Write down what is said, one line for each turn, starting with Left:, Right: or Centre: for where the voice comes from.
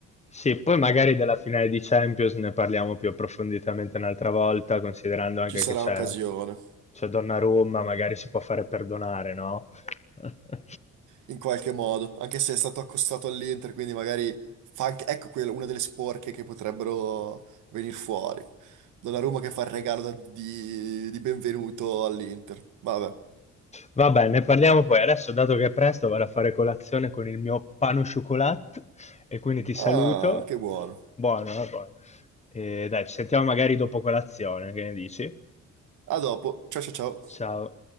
Left: Sì, poi magari della finale di Champions ne parliamo più approfonditamente un'altra volta, considerando anche
Right: Ci sarà
Left: che c'è,
Right: occasione.
Left: c'è Donnarumma, magari si può fare perdonare, no? <laughs>
Right: in qualche modo, anche se è stato accostato all'Inter, quindi magari fa anche, ecco quella, una delle sporche che potrebbero venire fuori. Donnarumma che fa il regalo da- di, di benvenuto all'Inter. Vabbè.
Left: Vabbè, ne parliamo poi. Adesso, dato che è presto, vado a fare colazione con il mio pan au chocolat e quindi ti saluto.
Right: Ah, che buono.
Left: Buono, eh, buono. E dai, ci sentiamo magari dopo colazione, che ne dici?
Right: A dopo. Ciao ciao ciao.
Left: Ciao.